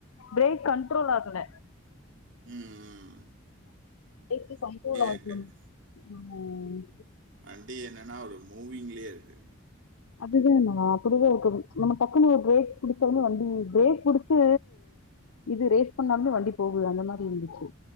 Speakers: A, on the left; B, on the right.
A: பிரேக் கண்ட்ரோல் ஆகல
B: உம் உம்ம்
A: <unintelligible> ஆகணும்
B: இருக்குது
A: ம்
B: வண்டி என்னன்னா ஒரு மூவிங்லயே இருக்கு
A: அதுத நம்ம அப்டியே இருக்கனு டக்குனு ஒரு பிரேக் புடிச்சாலுமே வண்டி பிரேக் புடிச்சு இது ரேஸ் பண்ணாலுமே வண்டி போகுது அந்த மாத் ருந்துச்சு